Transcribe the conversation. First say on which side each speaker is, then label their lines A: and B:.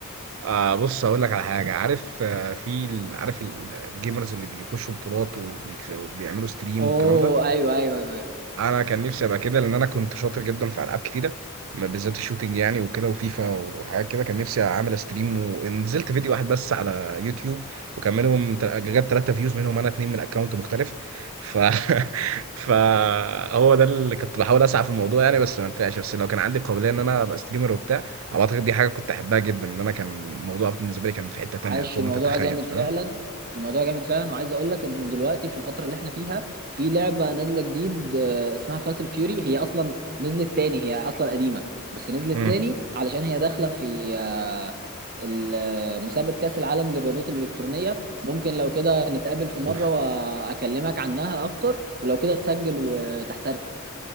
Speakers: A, on the right; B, on the right.
A: آه بص هقول لك على حاجه عارف آه في ال... عارف ال- الجيمرز اللي بيخشوا بطولات وبيكسبوا وبيعملوا ستريم
B: اوه
A: والكلام ده
B: ايوه ايوه, أيوة.
A: انا كان نفسي ابقى كده لان انا كنت شاطر جدا في العاب كتيره ما بالذات الشوتينج يعني وكده وفيفا وحاجات كده كان نفسي اعمل ستريم ونزلت فيديو واحد بس على يوتيوب وكان منهم تل- جاب ثلاثة فيوز منهم انا اتنين من اكونت مختلف ف <laughs> فهو ده اللي كنت بحاول اسعى في الموضوع يعني بس ما نفعش بس لو كان عندي قابليه ان انا ابقى ستريمر وبتاع أو اعتقد دي حاجه كنت احبها جدا ان انا كان الموضوع بالنسبه لي كان في حته
B: عاش
A: تانيه فوق
B: الموضوع
A: ما تتخيل
B: جامد
A: فاهم
B: فعلا الموضوع جامد فعلا وعايز اقول لك انه دلوقتي في الفتره اللي احنا فيها في لعبه نازله جديد آه، اسمها فاتل فيوري هي اصلا نزلت تاني هي اصلا قديمه بس نزلت
A: امم
B: تاني علشان هي داخله في آه، ال- آه، مسابقه كاس العالم للرياضات الالكترونيه ممكن لو كده نتقابل في مره
A: أوف.
B: واكلمك عنها اكتر ولو كده تسجل وتحترف